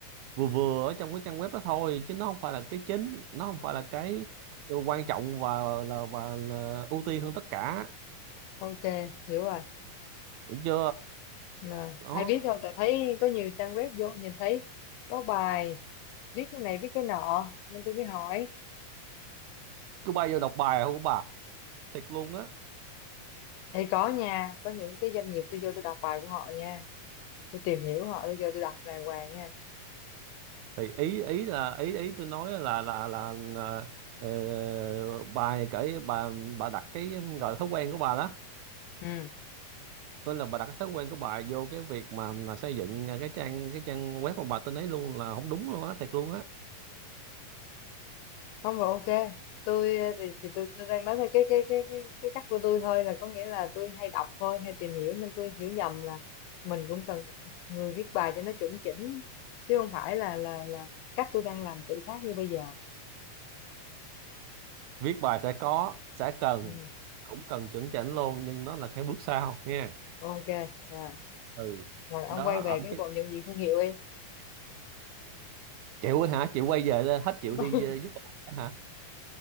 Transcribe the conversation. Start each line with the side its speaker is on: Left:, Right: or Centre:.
Right: vừa vừa ở trong cái trang web đó thôi chứ nó không phải là cái chính nó không phải là cái quan trọng và là và là ưu tiên hơn tất cả
Left: ok hiểu rồi
Right: hiểu chưa
Left: Nè,
Right: đó
Left: ai biết đâu tại thấy có nhiều trang web vô nhìn thấy có bài viết cái này viết cái nọ nên tôi mới hỏi
Right: cứ bay vô đọc bài không bà thiệt luôn á
Left: thì có nha có những cái doanh nghiệp tôi vô tôi đọc bài của họ nha tôi tìm hiểu họ tôi vô tôi đọc đàng hoàng nha
Right: thì ý ý là ý ý tôi nói là là là, là ờ, bà kể bà bà đặt cái gọi là thói quen của bà đó
Left: ừ
Right: nên là bà đặt cái thói quen của bà vô cái việc mà, mà xây dựng cái trang cái trang web của bà tên ấy luôn là không đúng luôn á thiệt luôn á
Left: không rồi ok tôi ờ, thì, thì tôi, tôi đang nói theo cái cái cái cái cái cách của tôi thôi là có nghĩa là tôi hay đọc thôi hay tìm hiểu nên tôi hiểu nhầm là mình cũng cần người viết bài cho nó chuẩn chỉnh chứ không phải là là là cách tôi đang làm tự phát như bây giờ
Right: viết bài sẽ có sẽ cần
Left: ừ.
Right: cũng cần chuẩn chỉnh luôn nhưng nó là cái bước sau nha
Left: ok à,
Right: ừ
Left: rồi ông
Right: đó
Left: quay về
Right: ở
Left: cái
Right: cái
Left: bộ nhận diện thương hiệu đi
Right: chịu hả chịu quay về lên hết chịu
Left: <laughs>
Right: đi ờ, giúp bà hả